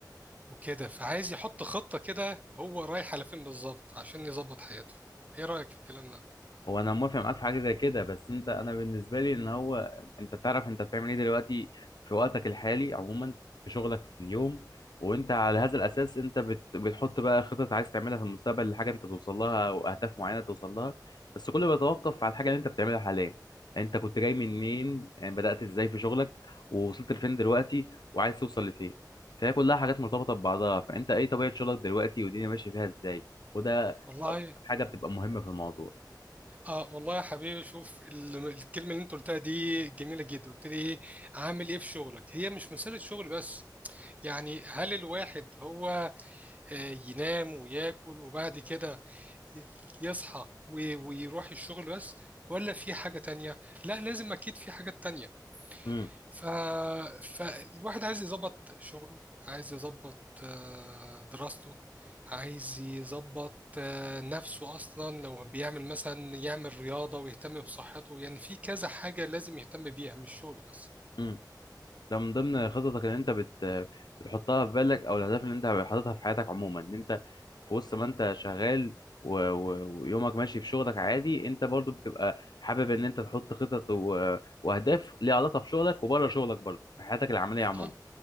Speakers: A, on the right; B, on the left.
A: وكده فعايز يحط خطة كده هو رايح على فين بالظبط عشان يظبط حياته ايه رأيك في الكلام ده؟
B: هو انا موافق معاك في حاجه زي كده بس انت انا بالنسبه لي ان هو انت تعرف انت بتعمل ايه دلوقتي في وقتك الحالي عموما في شغلك في اليوم وانت على هذا الاساس انت بت... بتحط بقى خطط عايز تعملها في المستقبل لحاجه انت توصل لها او اهداف معينه توصل لها بس كله بيتوقف على الحاجه اللي انت بتعملها حاليا انت كنت جاي منين يعني بدات ازاي في شغلك ووصلت لفين دلوقتي وعايز توصل لفين فهي كلها حاجات مرتبطه ببعضها فانت ايه طبيعه شغلك دلوقتي والدنيا ماشيه فيها ازاي وده
A: والله
B: اكتر حاجه بتبقى مهمه في الموضوع
A: اه والله يا حبيبي شوف ال- الكلمة اللي انت قلتها دي جميلة جدا قلت لي ايه عامل ايه في شغلك هي مش مسألة شغل بس يعني هل الواحد هو آه، ينام وياكل وبعد كده يصحى وي- ويروح الشغل بس ولا في حاجة تانية لا لازم أكيد في حاجات تانية
B: امم
A: ف... فالواحد عايز يظبط شغله عايز يظبط آه، دراسته عايز يظبط آه، نفسه أصلا لو بيعمل مثلا يعمل رياضة ويهتم بصحته يعني في كذا حاجة لازم يهتم بيها مش شغل بس
B: امم ده من ضمن خططك ان انت بت بتحطها في بالك او الاهداف اللي انت حاططها في حياتك عموما ان انت في وسط ما انت شغال و... و... ويومك ماشي في شغلك عادي انت برضو بتبقى حابب ان انت تحط خطط و... واهداف ليها علاقه بشغلك وبره شغلك برضو في حياتك العمليه عموما
A: آه.